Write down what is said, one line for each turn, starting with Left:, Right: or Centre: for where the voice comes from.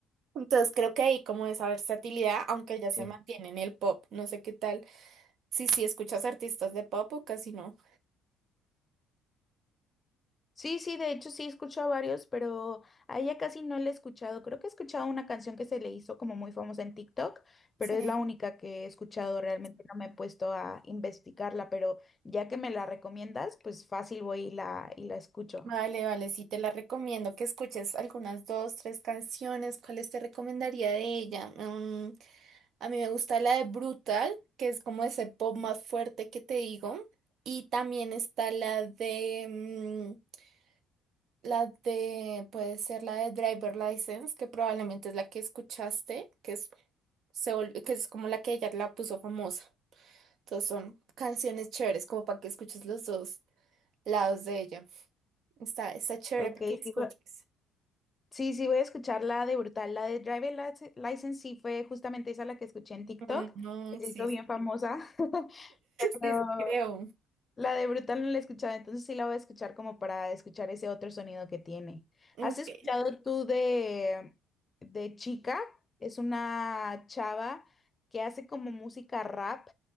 Right: Entonces creo que ahí como esa versatilidad, aunque ella se
Left: Sí.
Right: mantiene en el pop, no sé qué tal. Sí, sí, escuchas artistas de pop o casi no.
Left: Sí, sí, de hecho sí he escuchado a varios, pero a ella casi no le he escuchado. Creo que he escuchado una canción que se le hizo como muy famosa en TikTok, pero
Right: Sí.
Left: es la única que he escuchado. Realmente no me he puesto a investigarla, pero ya que me la recomiendas, pues fácil voy y la, y la escucho.
Right: Vale, vale, sí, te la recomiendo que escuches algunas dos, tres canciones. ¿Cuáles te recomendaría de ella? Mm, a mí me gusta la de Brutal, que es como ese pop más fuerte que te digo. Y también está la de, mm, la de, puede ser la de Driver License, que probablemente es la que escuchaste, que es, se vol- que es como la que ella la puso famosa. Entonces son canciones chéveres, como para que escuches los dos lados de ella. Está, está chévere
Left: Ok,
Right: para que la
Left: sí,
Right: escuches.
Left: Sí, sí, voy a escuchar la de Brutal, la de Driver Lic- License, sí fue justamente esa la que escuché en TikTok,
Right: Ujú,
Left: que se
Right: sí,
Left: hizo bien
Right: sí,
Left: famosa, <laughs> pero
Right: sí, sí, creo.
Left: la de Brutal no la he escuchado, entonces sí la voy a escuchar como para escuchar ese otro sonido que tiene.
Right: Ok,
Left: ¿Has escuchado tú de, de Chica? Es una chava que hace como música rap,